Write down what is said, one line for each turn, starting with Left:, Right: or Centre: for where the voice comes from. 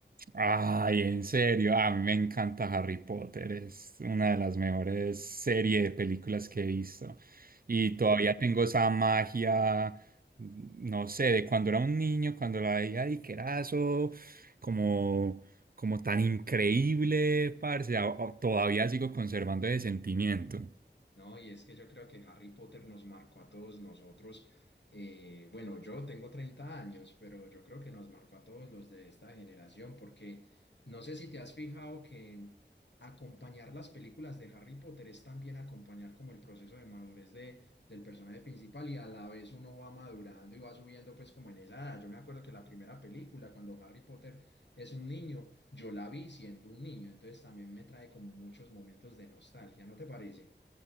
Right: Ay, en serio, a mí me encanta Harry Potter, es una de las mejores series de películas que he visto. Y todavía tengo esa magia, no sé, de cuando era un niño, cuando la veía y que era eso, como, como tan increíble, parce, a- a- todavía sigo conservando ese sentimiento.
Left: No, y es que yo creo que Harry Potter nos marcó a todos nosotros. eh, bueno, yo tengo 30 años, pero yo creo que nos marcó a todos los de esta generación, porque no sé si te has fijado que acompañar las películas de Harry Potter es también acompañar como el proceso de madurez de, del personaje principal y a la vez uno va madurando y va subiendo pues como en esa edad. Yo me acuerdo que la primera película, cuando Harry Potter es un niño, yo la vi siendo un niño, entonces también me trae como muchos momentos de nostalgia, ¿no te parece?